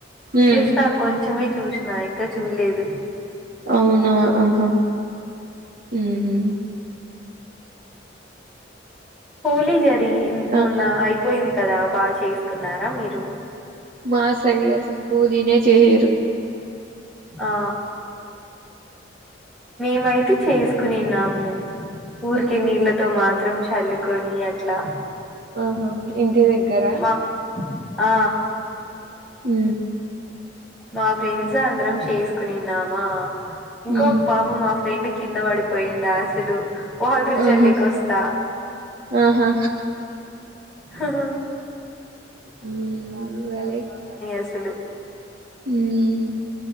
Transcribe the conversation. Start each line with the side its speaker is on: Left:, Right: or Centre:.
Right: ఉమ్
Centre: ఏసి రా కొంచెమే చూసినా ఇంకా చూలేదు
Right: అవునా ఆహ హ్మ్మ్
Centre: హోలీ జరిగి
Right: ఆ
Centre: మొన్న అయిపోయింది కదా బాగా చేసుకున్నారా మీరు
Right: మా సైడ్ అసలు హోలీనే చెయ్యరు
Centre: ఆ మేమైతే చేసుకునిన్నాము ఊరికే
Right: ఉమ్
Centre: నీళ్ళతో మాత్రం చల్లుకొని అట్లా
Right: ఆహా ఇంటి దగ్గర
Centre: మా ఆ
Right: ఊ
Centre: మా ఫ్రెండ్స్ అందరం చేసుకునిన్నామా ఇంకో
Right: ఉమ్
Centre: పాప మా ఫ్రెండ్ కింద పడిపోయిడా అసలు వాటర్
Right: ఆహా
Centre: చల్లేక వస్తా
Right: ఆహా
Centre: ఆహా
Right: హు భలే అబ్బ బాలయ్య
Centre: అసలు
Right: కనిపించింది హు